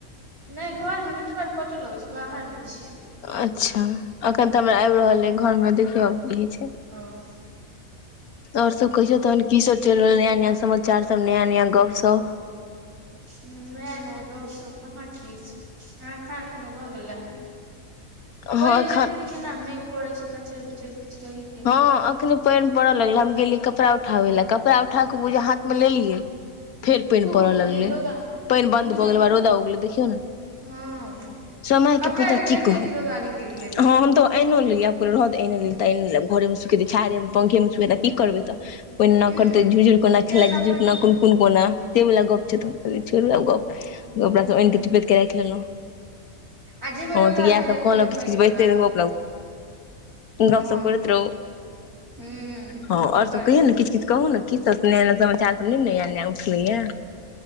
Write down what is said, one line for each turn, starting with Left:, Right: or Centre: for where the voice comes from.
Right: नहि, घरमे नेटवर्क कटऽ लगै छै, बाहरमे छियै।
Left: अच्छा, अखन तऽ हमरा आबि रहल अछि घर मे, देखियौ ई छै
Right: ओ
Left: आओर सब कहियौ तखन कि सब चलि रहलै नया-नया समाचार सब नया-नया गप सब।
Right: नया नया गप-सप कहाँ किछु, अहाँ खाना-पीना भऽ गेलै? पानि
Left: हँ एखन
Right: देखै छी केना मेघ करे छै कचर बिचर किछु कहै
Left: हँ, अखने पानि पड़ऽ लगलै, हम गेलियै कपड़ा उठाबे ला, कपड़ा उठा कऽ बुझाइये हाथमे लेलियै फेर पानि
Right: धूप
Left: पड़य लगलै,
Right: रौदा
Left: पानि बन्द
Right: बुझियौ
Left: भऽ गेलै
Right: ने
Left: हमरा रौदा भ गेलै देखियौ ने।
Right: हँ
Left: समयके
Right: कपड़ा
Left: पहिले
Right: लए गेलियै
Left: की कहू
Right: कि रौदा निकलि गेलै
Left: ह, हम तऽ ऐनो लेलियै आब कहलियै रह दे तऽ ऐने लेलियै तऽ ऐने लब घरमे सुखेतै छाहैरे मे पंखेमे सुखे तै कि करबै तऽ। कोई न
Right: हूं
Left: करतै झूझुरकोना
Right: फेर
Left: खेलाई
Right: ओना
Left: झझुरकोना
Right: पानि
Left: कोन कोन कोना से वला गप छै तऽ कह छोड़ू ने गप
Right: हेबे
Left: कपड़ा
Right: हूं
Left: आनि के चोपेट के राखि लेलहुँ।
Right: आ जेबै
Left: हँ,
Right: रौदामे
Left: तऽ इएह
Right: दै
Left: सब
Right: लए
Left: कहल
Right: फेर
Left: किछ
Right: पानि
Left: किछु
Right: हुअ
Left: बजते
Right: लागत
Left: रहै गप
Right: हँ
Left: सब।
Right: हूं
Left: हँ
Right: नीक
Left: आओर सब
Right: करै
Left: कहियौ
Right: छी
Left: ने किछ किछ। कहू ने की सब नया नया समाचार सब नै ने नया नया उठलै या।